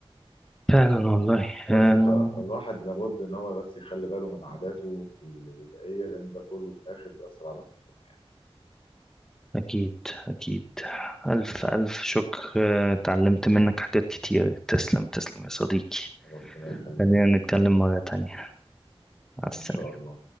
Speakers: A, in the centre; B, on the left (about 60°).
A: فعلا والله
B: بس
A: آه،
B: ف- فالواحد لابد ان هو بس يخلي باله من عاداته الغذائيه لان ده كله في الاخر بيأثر على صحته يعني
A: أكيد أكيد ألف ألف شكر آه، اتعلمت منك حاجات كتير تسلم تسلم يا صديقي
B: ربنا يخليك
A: خلينا نتكلم مرة تانية مع السلامة
B: ان شاء الله